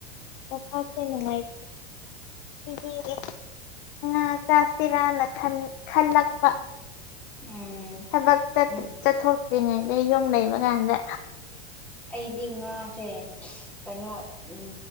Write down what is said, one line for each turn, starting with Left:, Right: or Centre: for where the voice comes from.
Left: ꯃꯐꯝꯁꯦ ꯅꯨꯡꯉꯥꯏ <inaudible> ꯆꯥꯁꯤꯔꯥꯅ ꯈꯟ ꯈꯜꯂꯛꯄ
Centre: ꯎꯝ
Left: ꯊꯕꯛ ꯆꯠ
Centre: ꯎꯝ
Left: ꯆꯠꯊꯣꯛꯇ꯭ꯔꯤꯉꯩꯗ ꯌꯨꯝ ꯂꯩꯕ ꯀꯥꯟꯗ
Centre: ꯑꯩꯗꯤ ꯉꯥꯁꯦ ꯀꯩꯅꯣ ꯎꯝ